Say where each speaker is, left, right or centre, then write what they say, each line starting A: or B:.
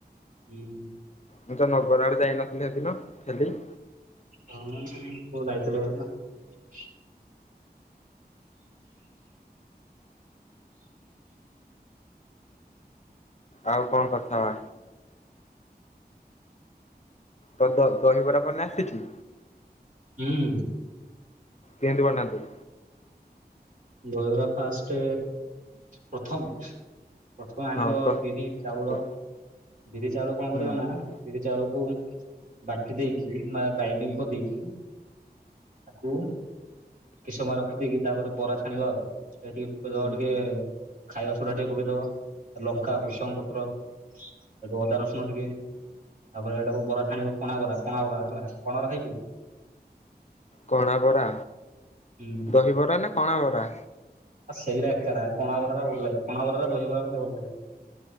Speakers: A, on the right; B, on the left.
A: ହୁଁ।
B: ମୁଁ ତ ନଗର ଆଡେ ଯାଇନଥିଲି ସେଦିନ
A: ହଁ, ତୁ ଯାଇଥିଲୁ ବା ସେଦିନ।
B: ଆଉ କଣ କଥା ହବା? ତ ଦ ଦହିବରା ବନେଇ ଆସିଛି?
A: ହୁଁ।
B: କେନ୍ତିି ବନାନ୍ତି?
A: ଦହିବରା ଫାଷ୍ଟ ପ୍ରଥମେ ପ୍ରଥମେ ଆଣିବ
B: ହଁ ତ
A: ବିରି ଚାଉଳ
B: ହୁଁ
A: ବିରି ଚାଉଳ କଣ
B: ହୁଁ
A: କରିବ ନା ବିରି ଚାଉଳ ବାଟି ଦେଇକି ବା ଗାଇଡି କରି ଦେରିଦେଇକି ତାକୁ କି ସମୟ ରଖିଦେଇକି ତାପରେ ବରା। ଛାଣିବା ଆଉ ସେ ଟିକେ ଟିକେ
B: ହୁଁ
A: ଖାଇବା ସଡା ଟିକେ ପକେଇଦବା ଲଙ୍କା ଗୃଷଙ୍ଗ ପତ୍ର ଏଠ ଅଦା ରସୁଣ ଟିକେ ତାପରେ ଏଟା ବରା ଛାଣିବ କଣା ବରା କଣା ବରା ହେଲା କଣା ବରା ଖାଇଛୁ?
B: କଣା ବରା
A: ହୁଁ
B: ଦହିବରା ନା କଣା ବରା।
A: ଆ ସେଇଟା ଏକା କଣ ବର ଭଲ ଲାଗିବ କୋ ବରରେ ରହିବେ ଭଲ ଲାଗିବ।